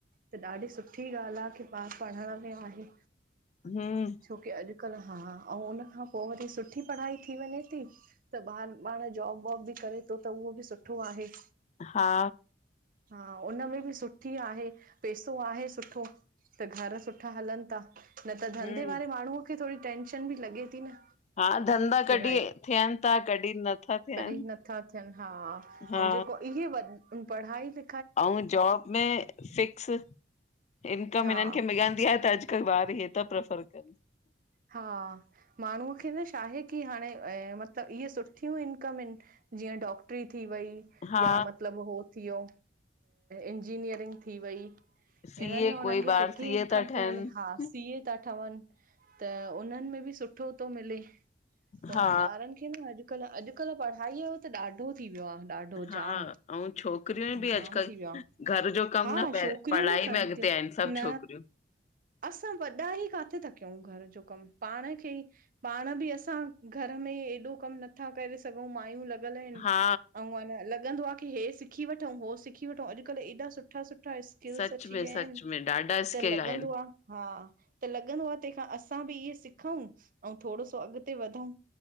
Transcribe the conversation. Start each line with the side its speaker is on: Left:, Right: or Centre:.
Right: त ॾाढी सुठी ॻाल्ह आ की। ॿार पढ़णु में आहे।
Left: हम्म,
Right: छोकी अॼुकल हा, अऊं उनखां पोइ वरी सुठी पढ़ाई थीं वञे ती। त ॿारि पाणु जॉब -वॉब बि करे थो त उहो भी सुठो आहे।
Left: हा
Right: हा हुनमें बि सुठी आहे, पेसो आहे सुठो। त घरु सुठा हलनि ता, न त धंधे
Left: हम्म।
Right: वारे माणु खे थोडी टेंशन भी लॻे ती न?
Left: हा धंधा
Right: की
Left: कॾि
Right: भाई
Left: थियनि ता, कॾि नत्था थियनि,
Right: कॾहिं नथा थियनि हा
Left: हा।
Right: ऐं जेको इहे वॾी पढ़ाई लि
Left: अऊं जॉब में फिक्स इन्कम
Right: हा
Left: हिननि खे मिलंदी आहे अॼु। कल ॿार हे त प्रैफर कनि।
Right: हा माणु खे न शाहे की हाणे मतिलबु, इहे सुठियूं इन्कम ऐन। जीअं डॉक्टरी थी वई।
Left: हा
Right: या मतिलबु हो थिवयो, इंजीनियरिंग थी वई।
Left: सीए
Right: इन्हनि में हुननि
Left: कोई
Right: खे सुठी
Left: ॿार सीए
Right: इन्कम
Left: था ठहनि
Right: थी मिले ख़ास। सीए ता ठहवनि त, उन्हनि में भी सुठो तो मिले। त
Left: हा।
Right: ॿारनि खे न अॼुकल-अॼुकल पढ़ाईअ जो त ॾाढो थी वियो आ। ॾाढो
Left: हा
Right: जामु-जामु
Left: अऊं छोकिरियूं बि अॼुकल्ह
Right: थी वियो आ।
Left: घर जो कमु
Right: हा
Left: न प
Right: शोक करियूं
Left: पढ़ाई
Right: भी कंतियुं,
Left: में अॻिते आहिनि सभु
Right: न
Left: छोकिरियूं।
Right: असां वॾा ई काथे ता कयिऊं घरु जो कमु, पाणि खे- पाणि भी असां घरु में एॾो कम नथा करे सघ सॻऊं, माइयूं लॻिल ऐन,
Left: हा
Right: अऊं अन लॻंदो आ की, हे सिखी वठूऊं-हो सिखी वठूऊं। अॼुकल एॾा सुठा- सुठा सुठा स्किल्स
Left: सच
Right: अची
Left: में
Right: विया
Left: सच
Right: आहिन,
Left: में ॾाढा स्किल
Right: त लॻंदो
Left: आहिनि
Right: आ। हा त लॻंदो आ, तेखां असां भी इअं सिखऊं, अऊं थोड़ो सो अॻते वधऊं।